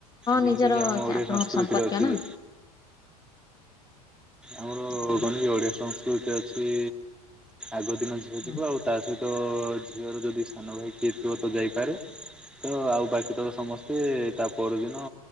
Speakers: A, in the centre; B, on the left.
A: ଯେମିତିକି
B: ନିଜର
A: ଆମ
B: ଚା-
A: ଓଡ଼ିଆ
B: ଆପଣଙ୍କର
A: ସଂସ୍କୃତିରେ
B: ସମ୍ପର୍କୀୟ
A: ଅଛି
B: ନା
A: ଯେ ଆମର
B: ଅ,
A: <inaudible> ଓଡିଆ ସଂସ୍କୃତି ଅଛି ଆଗ ଦିନ ଝିଅ
B: ହୁଁ
A: ଯିବ ଆଉ ତା ସହିତ ଝିଅର ଯଦି ସାନ ଭାଇ କିଏ ଥିବ ତ ଯାଇପାରେ ତ ଆଉ ବାକି ତକ ସମସ୍ତେ ତା ପରଦିନ